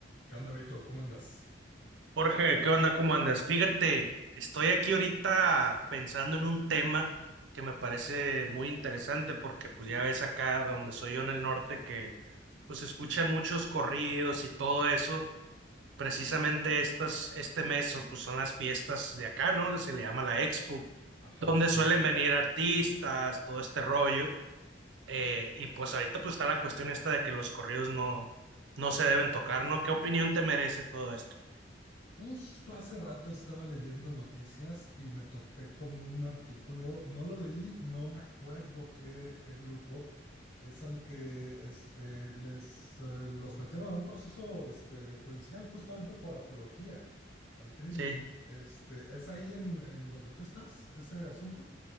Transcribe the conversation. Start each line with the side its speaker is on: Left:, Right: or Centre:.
Left: ¿Qué onda, Vito? ¿Cómo andas?
Right: Jorge, ¿qué onda? ¿Cómo andas? Fíjate, estoy aquí ahorita pensando en un tema que me parece muy interesante porque pues ya ves acá donde soy yo en el norte que pues escuchan muchos corridos y todo eso. Precisamente estas, este mes o, pues son las fiestas de acá, ¿no? Se le llama la Expo,
Left: Ajá,
Right: donde
Left: sí.
Right: suelen venir artistas, todo este rollo. Eh, y pues ahorita pues está la cuestión esta de que los corridos no, no se deben tocar, ¿no? ¿Qué opinión te merece todo esto?
Left: Justo hace rato estaba leyendo noticias y me topé con un artículo, no lo leí, no me acuerdo qué, qué grupo, es al que este, les, eh, los metieron a un proceso este, judicial justamente por apología al crimen.
Right: Sí.
Left: Este, ¿es ahí en, en donde tú estás, ese asunto?